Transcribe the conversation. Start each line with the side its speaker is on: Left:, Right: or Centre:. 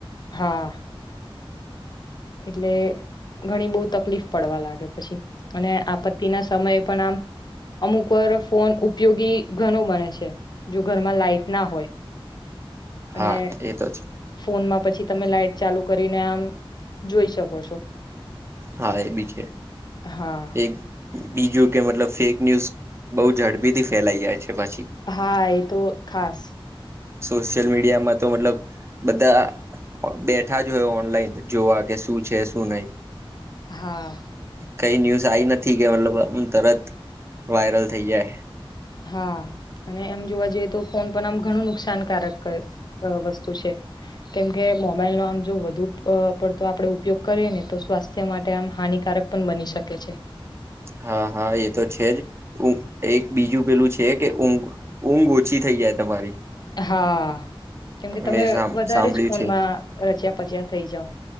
Left: હા એટલે ઘણી બહુ તકલીફ પડવા લાગે પછી અને આપત્તિ ના સમયે પણ આમ અમુક પર ફોન ઉપયોગી ઘણુ બને છે જો ઘરમાં લાાઈટ ના હોય <inaudible>
Right: હા
Left: અને
Right: એ તો છે
Left: ફોનમાં પછી તમે લાાઈટ ચાલુ કરીને આમ જોઈ શકો છો
Right: હા એ બી છે,
Left: હા
Right: એક બીજું કે મતલબ ફેક ન્યૂઝ બોવ ઝડપીથી ફેલાઈ જાય છે પછી
Left: હા એ તો ખાસ
Right: સોશિયલ મીડિયામાં તો મતલબ બધા બેઠા જ હોય ઓનલાઈન જોવા કે શું છે શું નહી
Left: હા
Right: કઈ ન્યૂઝ આઈ નથી કે મતલબ આમ તરત વાયરલ થઈ જાય
Left: હા અને એમ જોવા જઈએ તો ફોન પણ આમ ઘણું નુકસાનકારક કર અ વસ્તુ છે. કેમકે મોબાઈલનો આમ જો વધુ પડતો આપડે ઉપયોગ કરીએ ને તો સ્વાસ્થ્ય માટે આમ હાનિકારક પણ બની શકે છે.
Right: હા હા એ તો છે જ એક બીજું પેલું છે કે ઊઘ ઊંઘ ઓછી થઈ જાય તમારી
Left: હા કેમકે તમે
Right: મેં
Left: વધારે
Right: સાંભળ્યું
Left: જ ફોનમાં
Right: છે
Left: રચ્યા પચ્યા થઈ જાવ